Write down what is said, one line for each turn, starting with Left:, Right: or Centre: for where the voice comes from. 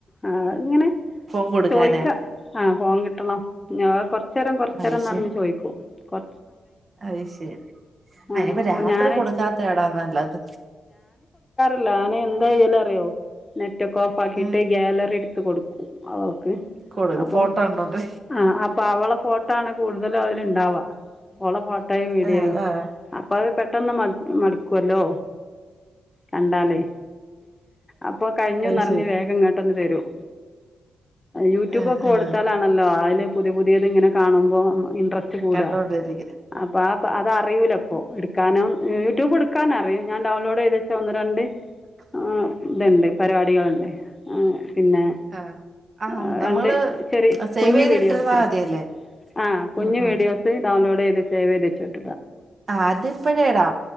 Left: ആ ഇങ്ങനെ
Right: ഫോൺ കൊടുക്കാനാ
Left: ചോദിക്ക ആ ഫോൺ കിട്ടണം ഞ കൊറച്ച നേരം കൊർച് <unintelligible>
Right: അത് ശരി
Left: ചോദിക്കും കൊ
Right: അത് ശരി
Left: ആ
Right: അതിനിപ്പരാത്രി
Left: ഞാൻ
Right: കൊടുക്കാത്തയാടാ നല്ലത്.
Left: ല്ലാന് എന്താ ചെയ്യല് അറിയോ? നെ റ്റക്ക ഓഫ് ആ‌ക്കിയട്ട്
Right: ഉം
Left: ഗ്യാലറി എടു ത്ത് കൊടുക്കും അവ ക്ക്
Right: കൊടുക്കും
Left: അപ്പം
Right: ഫോട്ടോ കണ്ടോണ്ട്
Left: ആഹ് അ പ്പവള ഫോ ട്ടാണ് കൂടുതലും അതിലിണ്ടാവ ഓളെ ഫോ ട്ടേയും വീഡിയോയും
Right: ആഹ് ആഹ്
Left: അപ്പ അത് പെട്ടന്ന് മ മടുക്കുവല്ലോ കണ്ടാലേ അപ്പൊ കഴിഞ്ഞൂന്നറിഞ്ഞു
Right: അത് ശരി
Left: വേഗം ഇങ്ങ പെട്ടെന്ന് തരും യൂട്യൂബൊക്കെ
Right: ആഹ്
Left: കൊടുത്താലാണല്ലോ
Right: ആഹ്
Left: അയില് പുതി പുതിയത് ഇങ്ങനെ കാണുമ്പോ ഇട്രാ സ്റ്റ് കൂടാ
Right: കണ്ടോണ്ടിരിക്കും
Left: ആപ്പാ അതറിയുല്ലപ്പോ എടുക്കാനോ യൂട്യൂബ് എടുക്കാൻ അറിയൂ ഞാൻ ഡൗൺലോഡ് ചെതേച് ഒന്ന് രണ്ട് ആ ഇത്‌ണ്ട് പരിപാടികൾണ്ട് ആ പിന്നെ
Right: ആഹ് ആഹ്
Left: ആ
Right: നമ്മള്
Left: രണ്ട് ചെറി
Right: സേവ്
Left: കുഞ്ഞു
Right: ചെയ്തിട്ടിരുന്നാ
Left: വീഡിയോസ്
Right: മതിയല്ലേ
Left: ആ കുഞ്ഞു
Right: ഉം ഉം
Left: വീഡിയോസ് ഡൗൺലോഡ് ത് സേവ്ത്തേക്ക് വീടിച്ചാമതി
Right: അതിപ്പഴേടാ